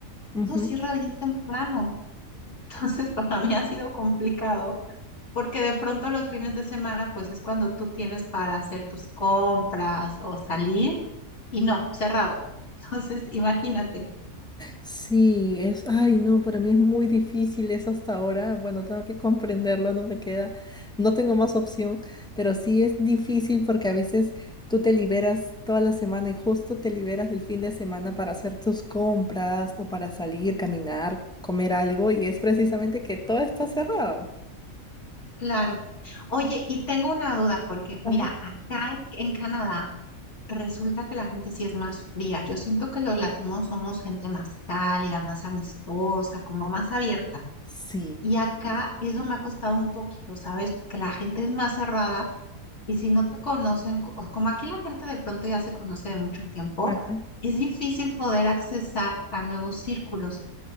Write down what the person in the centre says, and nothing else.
Ujú.
Sí, es, ay, no, para mí es muy difícil eso hasta ahora. Bueno, tengo que comprenderlo, no me queda, no tengo más opción, pero sí es difícil porque a veces tú te liberas toda la semana y justo te liberas del fin de semana para hacer tus compras o para salir, caminar, comer algo y es precisamente que todo está cerrado.
Ajá.
Sí.
ajá.